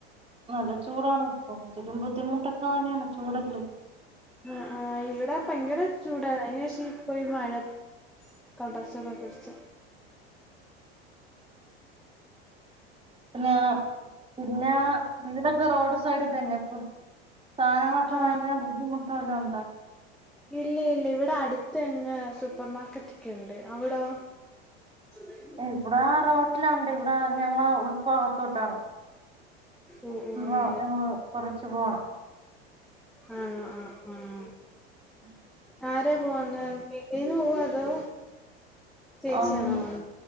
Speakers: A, on the right; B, in the centre.
A: നല്ല ചൂടാണ് കൊറച്ചൊക്കെ ബുദ്ധിമുട്ടൊക്ക ന്നേണ് ചൂടല്ലേ
B: ആഹ് ആഹ് ഇവിടെ ഭയങ്കര ചൂടാ അയിന് ശേഷിപ്പോയി മഴ തൊടർച്ച- തൊടച്ച
A: പിന്നെ പിന്നെ വീടൊക്കെ റോഡ് സൈഡിത്തന്നെ ഫു സാനങ്ങളൊക്കെ
B: ആ
A: വയങ്കര ബുദ്ധിമുട്ട് വല്ലോംണ്ടോ
B: ഇല്ല ഇല്ല ഇവിടെ അടുത്ത് തന്നെ സൂപ്പർ മാർക്കറ്റൊക്കെണ്ട് അവിടോ <inaudible>
A: ഇവിടെ റോട്ടിലുണ്ട് ഇവിടെ ഞങ്ങള് ഉൾഭാഗത്തോട്ടാണ്
B: ഓ
A: അപ്പം
B: ഓ അങ്ങനെ
A: ആഹ് ഞങ്ങള് കൊറച്ച് പോണം
B: ആണോ ആഹ് ആഹ്
A: ഉം
B: ആര പോവുന്നെ വീട്ടീന്ന് പോവോ അതോ ചേച്ചിയാണോ
A: ആഹ്
B: പോവുന്നെ?